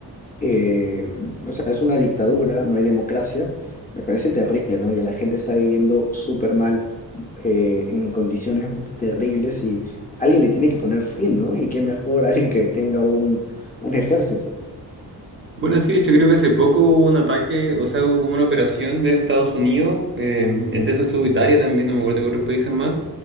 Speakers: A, on the left; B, on the right.
A: eh, o sea, es una dictadura, no hay democracia, me parece terrible, ¿no? Y la gente está viviendo súper mal, eh, en condiciones terribles y alguien le tiene que poner fin, ¿no? Y qué mejor <laughs> alguien que tenga un, un ejército.
B: Bueno, sí, de hecho creo que hace poco hubo un ataque, o sea, hubo como una operación de Estados Unidos, eh, entre eso estuvo Italia también, no me acuerdo qué otros países más,